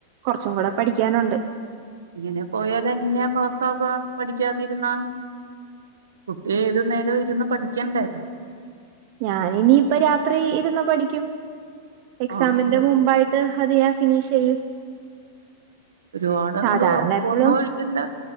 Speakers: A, on the right; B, on the right.
A: കുറച്ചും കൂടെ പഠിക്കാനുണ്ട്
B: ഇങ്ങനെ പോയാലെങ്ങനാ പോസ് ബ വ പഠിക്കാതിരുന്നാ- കുട്ടി ഏതു നേരം ഇരുന്ന് പഠിക്കണ്ടേ
A: ഞാനിനിപ്പ രാത്രി ഇരുന്ന് പഠിക്കും എക്സാമിന്റെ
B: ആഹ്
A: മുമ്പായിട്ട് അത് ഞാൻ ഫിനിഷെയ്യും
B: ഒരുപാടങ്ങോട്ട്
A: സാധാരണ
B: ഒറക്കൊന്നും
A: എപ്പളും
B: ഒഴിക്കണ്ട